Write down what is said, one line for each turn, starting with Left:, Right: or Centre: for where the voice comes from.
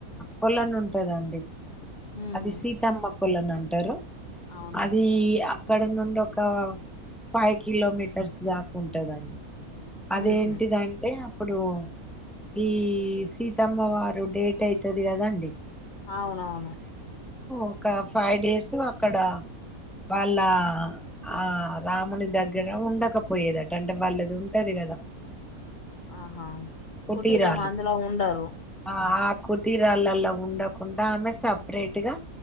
Centre: కొలను ఉంటాదండి.
Left: ఉహు
Centre: అది సీతామ్మకోలను అంటారు
Left: అవునా
Centre: అది. అక్కడి నుండి ఒక ఫైవ్ కిలోమీటర్స్ దాకా ఉంటదండి. అదేంటిదంటే.
Left: ఉహు
Centre: ఇప్పుడు ఈ సీతమ్మ వారు డేట్ అయితది కదాండి.
Left: అవునవును.
Centre: ఒక ఫైవ్ డేస్ అక్కడ. వాళ్ళ ఆ రాముని దగ్గర ఉండకపోయేదట అంటే వాళ్ళది ఉంటది కదా.
Left: ఆహా
Centre: కుటీరాలు
Left: కుటీరం అందులో ఉండరు
Centre: ఆహ్. కుటీరాళ్ళలో ఉండకుండా ఆమె సపరేట్ గా.